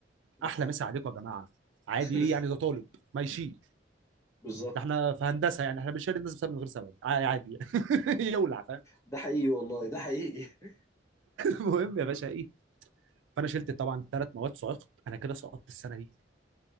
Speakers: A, on the left; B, on the right.
A: اوف
B: احلى مسا عليكم يا جماعه عادي
A: <laughs>
B: ايه يعني ده طالب ما يشيل
A: بالظبط
B: ده احنا في هندسه يعني احنا بنشيل الناس بسبب من غير سبب ع- عادي <laughs> يولع فاهم
A: ده حقيقي والله ده حقيقي <laughs>
B: المهم يا باشا ايه فانا شلت طبعا ثلاث مواد صعقت انا كده سقطت السنه دي